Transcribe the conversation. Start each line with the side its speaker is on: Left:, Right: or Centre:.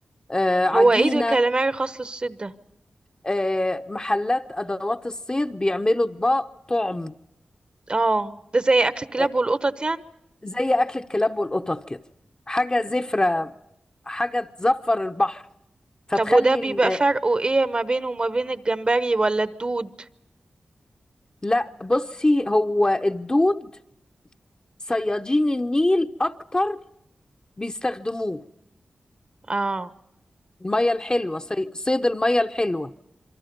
Left: آه، عجينه
Right: هو ايه ده كاليماري خاص للصيد ده
Left: آه، محلات ادوات الصيد بيعملوا اطباق طعم
Right: اه ده زي اكل الكلاب
Left: آه،
Right: والقطط يعني
Left: زي اكل الكلاب والقطط كده حاجه زفره حاجة تزفر البحر فتخلي
Right: طب وده بيبقى
Left: ال...
Right: فرقه ايه ما بينه وما بين الجمبري ولا الدود
Left: لا بصي هو الدود صيادين النيل أكتر بيستخدموه
Right: اه
Left: المية الحلوة صي... صيد المية الحلوة